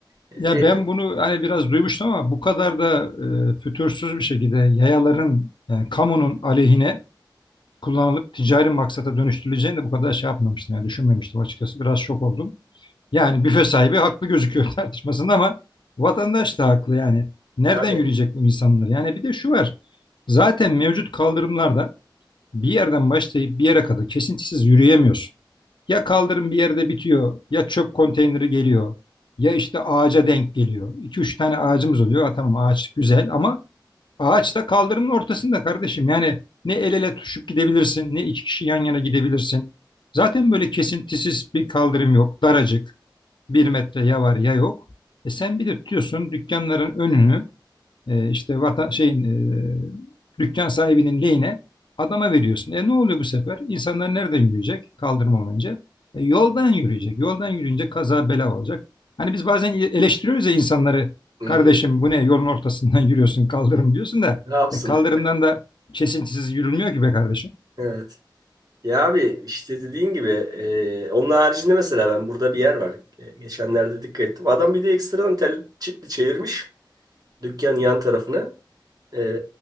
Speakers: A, on the right (about 50°); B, on the left (about 70°).
A: E,
B: Ya
A: veriyor.
B: ben bunu hani biraz duymuştum ama bu kadar da e, fütursuz bir şekilde yayaların yani kamunun aleyhine kullanılıp ticari maksata dönüştürüleceğini de bu kadar şey yapmamıştım. Yani düşünmemiştim açıkçası biraz şok oldum. Yani büfe sahibi haklı gözüküyor <laughs> tartışmasında ama vatandaş da haklı yani. Nereden
A: Tabii.
B: yürüyecek bu insanlar? Yani bir de şu var. Zaten mevcut kaldırımlarda bir yerden başlayıp bir yere kadar kesintisiz yürüyemiyorsun. Ya kaldırım bir yerde bitiyor, ya çöp konteyneri geliyor, ya işte ağaca denk geliyor. 2 üç tane ağacımız oluyor. Ha, tamam ağaç güzel ama ağaç da kaldırımın ortasında kardeşim. Yani ne el ele tutuşup gidebilirsin, ne iki kişi yan yana gidebilirsin. Zaten böyle kesintisiz bir kaldırım yok. Daracık. Bir metre ya var ya yok. E sen bir de tutuyorsun dükkanların önünü e, işte vatan, şeyin e, dükkan sahibinin lehine adama veriyorsun. E ne oluyor bu sefer? İnsanlar nereden yürüyecek? Kaldırım önce. E, yoldan yürüyecek. Yoldan yürüyünce kaza bela olacak. Hani biz bazen e, eleştiriyoruz ya insanları.
A: Hı-hı.
B: Kardeşim bu ne? Yolun ortasından <laughs> yürüyorsun kaldırım diyorsun da.
A: Ne yapsın?
B: E, kaldırımdan da kesintisiz yürünmüyor ki be kardeşim.
A: Evet. Ya abi işte dediğin gibi e, onun haricinde mesela ben burada bir yer var. E, geçenlerde dikkat ettim. Adam bir de ekstradan tel çitli çevirmiş. Dükkan yan tarafına. Ee,